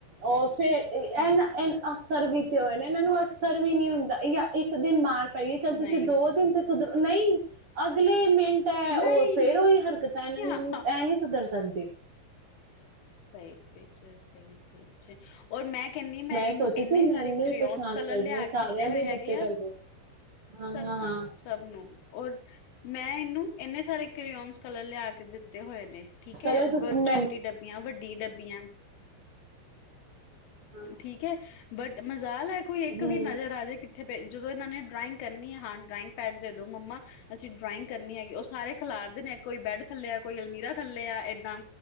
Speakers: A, on the right; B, on the left.
A: ਉਹ ਫੇਰ ਇਹਨਾ
B: ਹਾਂ
A: ਇਹ ਅਸਰ ਵੀ ਤੇ ਹੋਏ ਨਾ ਇਹਨਾਂ ਨੂੰ ਅਸਰ ਵੀ ਨਹੀਂੀ ਹੁੰਦਾ ਜਾਂ ਇੱਕ ਦਿਨ ਮਾਰ ਪਈਏ ਚੱਲ ਤੁਸੀਂ
B: ਨਹੀਂ ਹੁੰਦਾ
A: ਦੋ ਦਿਨ ਤੇ ਸੁਧ ਨਹੀਂ ਅਗਲੇ ਮੇ ਉਹ
B: ਨਹੀਂ
A: ਫੇਰ ਉਹੀ ਹਰਕਤ ਇਹਨਾਂ
B: ਹਾਂ
A: ਨੇ ਇਹ ਨਹੀਂੀ ਸੁਧਰ ਸਕਦੀ
B: ਸਹੀ ਵਿੱਚ ਸਹੀ ਵਿੱਚ ਔਰ ਮੈਂ ਕਹਿੰਦੀ ਮੈਂ ਇਹਨੂੰ
A: ਸੋਚੀ
B: ਇੰਨੇ
A: ਸੀ ਮੈਨੂੰ
B: ਸਾਰੇ ਕਰਿਓਨ
A: ਹੀ ਪਰੇਸ਼ਾਨ
B: ਕਲਰ
A: ਕਰਦੇ
B: ਲਿਆ
A: ਨੇ ਸਾਰਿਆਂ
B: ਕੇ ਦਿੱਤੇ
A: ਦੇ
B: ਹੋਏ ਹੈਗੇ
A: ਬੱਚੇ ਕਰਦੇ
B: ਆ
A: ਹਾਂ
B: ਸਭ
A: ਹਾਂ
B: ਨੂੰ
A: ਹਾਂ
B: ਸਭ ਨੂੰ ਔਰ ਮੈਂ ਇਹਨੂੰ ਇੰਨੇ ਸਾਰੇ ਕਿਓਨਸ ਕਲਰ ਲਿਆ ਕੇ ਦਿੱਤੇ ਹੋਏ ਨੇ ਠੀਕ
A: ਕਲਰ
B: ਹੈ
A: ਤੁਸੀਂ
B: ਬ
A: ਮੈਂ
B: ਛੋਟੀ ਡੱਬੀ ਵੱਡੀ ਦੱਬੀਆਂ
A: ਹਾਂ
B: ਠੀਕ ਹੈ ਬਟ ਮ ਜ਼ੈ ਕੋਈ ਇੱਕ
A: ਹਮ
B: ਵੀ ਨਜ਼ਰ ਆ ਜਾੇ ਕਿੱਥੇ ਫ ਜਦੋਂ ਇਹਨਾਂ ਨੇ ਡਰਾਇੰਗ ਕਰਨੀ ਹੈ ਹਾਂ ਡਰਾਇੰਗ ਪੈਡ ਦੇ ਦੋ ਮੰਮਾ ਅਸੀਂ ਡਰਾਇੰਗ ਕਰਨੀ ਹੈਗੀ ਉਹ ਸਾਰੇ ਖਿਲਾਰਦੇ ਨੇ ਕੋਈ ਬੈੱਡ ਥੱਲਿਆ ਕੋਈ ਅਲਮੀਰਾ ਥੱਲੇ ਆ ਇਏਦਾਂ